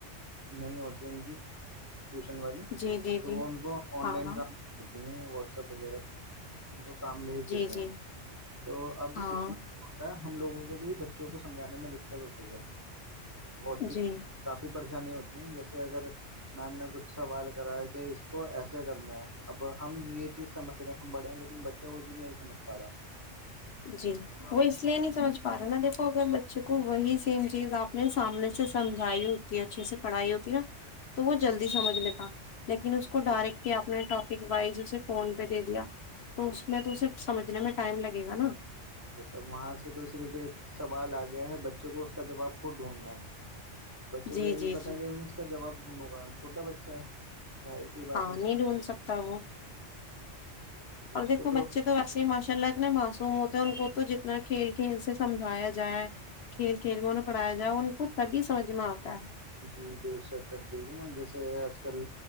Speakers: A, on the right (about 15°); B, on the left (about 60°).
A: نہیں ہوتی ان کی ٹیوشن والی
B: جی جی
A: تو
B: جی
A: وہ ان کو آن
B: ہاں
A: لائن کرنا ہیں واٹسپ وغیرہ پہ ان کو کام بھیج
B: جی
A: دیتے
B: جی
A: ہیں تو اب
B: ہاں
A: اس میں تھا ہم لوگوں کو بھی بچوں کو سمجھانے میں دقت ہوتی ہے بہت ہی
B: جی
A: کافی پریشانی ہوتی جیسے اگر میم نے کچھ سوال ا ہے کہ اس کو ایسے کرنا ہے اب ہم یہ چیز سمجھ رہے ہم بڑے ہیں لیکن بچے وہ جی نہیں سمجھ پا رہا
B: جی وہ اس لیے نہیں سمجھ پا رہا نا دیکھو اگر بچے کو وہی سیم چیز آپ نے سامنے سے سمجھائی ہوتی ہے اچھے سے پڑھائی ہوتی ہے نا تو وہ
A: جی
B: جلدی سمجھ میںتا لیکن
A: جی
B: اس کو ڈائریکٹلی
A: بالکل
B: آپ نے ٹاپک وائز اسے فون پہ دے دیا تو
A: جی
B: اس میں تو اسے سمجھنے میں ائم لگ گا نا
A: جی تو اب وہاں سے تو صرف ایک سوال آ گیا ہے بچوں کو اس کا جواب خود ڈھونڈنا ہے بچے
B: جی
A: کو یہ نہیں
B: جی
A: پتا
B: جی
A: کہ اس کا جواب وںگا چھوٹا بچہ ہے ظاہر سی بات
B: ہاں
A: ہے
B: نہیں ڈھونڈ سکتا وہ اور
A: اس
B: دیکھو
A: کو
B: بچے تو ویسے ہی ماشاء اللہ اتنے معصوم ہوتا ان کو تو جتنا کھیل کھیل سے سمھایا جائے کھیل کھیل میں انہیں پڑھایا جائے ان کو تبھی سمجھ میں آتا ہے
A: جی بے شک اب دیکھیے نا جیسے آج کل